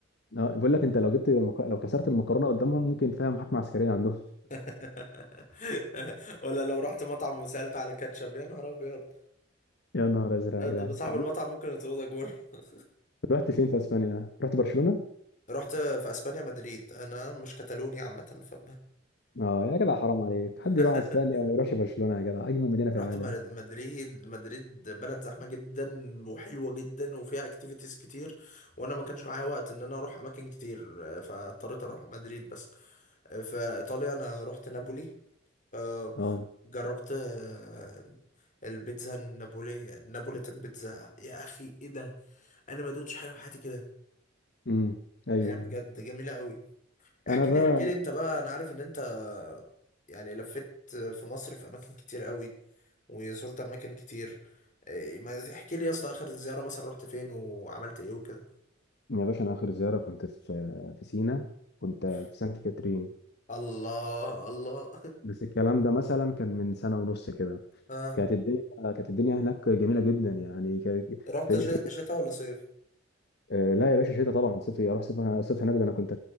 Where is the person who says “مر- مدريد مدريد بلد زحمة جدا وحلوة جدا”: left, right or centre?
Left